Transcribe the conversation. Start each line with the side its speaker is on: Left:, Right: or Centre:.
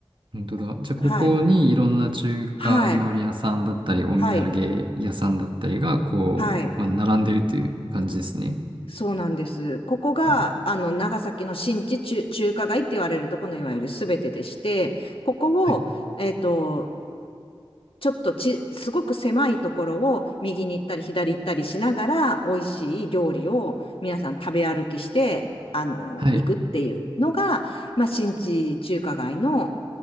Right: 本当だ。じゃあ、ここにいろんな中華料理屋さんだったり、
Left: はい。はい、
Right: お土産屋さんだったりが、
Left: はい、
Right: こう、
Left: はい。
Right: まあ、並んでるという感じですね。
Left: そうなんです。ここが、
Right: うん
Left: あの、長崎の新地中、中華街って言われるとこのいわゆるすべてでして、ここを、
Right: はい。
Left: えっと、ちょっとち、すごく狭いところを右に行ったり左行ったりしながら、美味しい料理を皆さん食べ歩きして、あの、
Right: はい。
Left: 行くっていうのが、まあ、新地中華街の